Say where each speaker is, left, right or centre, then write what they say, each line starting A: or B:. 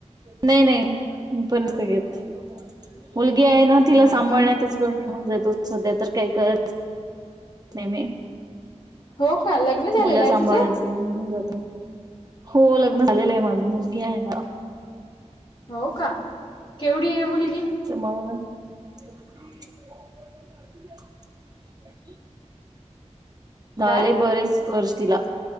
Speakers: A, on the right; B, on the left.
A: नाही नाही मी पण आता घेत मुलगी आहे ना, तिला
B: नाही
A: सांभाळण्यातच
B: का?
A: वेळ निघन जातो, सध्या तर काय करत नाही मी,
B: हो का लग्न झालेलं
A: मुलं
B: आहे
A: सांभाळण्यात
B: तुझं?
A: वेळ निघून जातो. हो लग्न झालेलं आहे माझं, मुलगी आहे मला.
B: हो का, केवढी आहे मुलगी?
A: त्याच्यामुळे मग ह झाले
B: काय?
A: बरेच, वर्ष तिला